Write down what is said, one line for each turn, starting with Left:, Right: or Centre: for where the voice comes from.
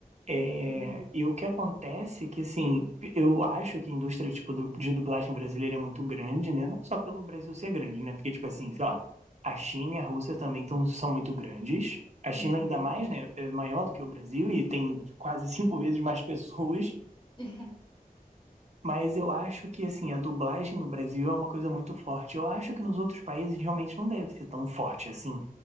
Right: É,
Left: Uhum,
Right: e o que acontece é que, assim, eu acho que a indústria, tipo, du- de dublagem brasileira é muito grande, né? Não só pelo Brasil ser grande, né? Porque, tipo assim, sei lá, a China e a Rússia também tão, são muito grandes. A China
Left: uhum,
Right: ainda mais, né? É maior do que o Brasil e tem quase cinco vezes mais <laughs> pessoas.
Left: <laughs>
Right: Mas eu acho que, assim, a dublagem no Brasil é uma coisa muito forte. Eu acho que nos outros países realmente não deve ser tão forte, assim.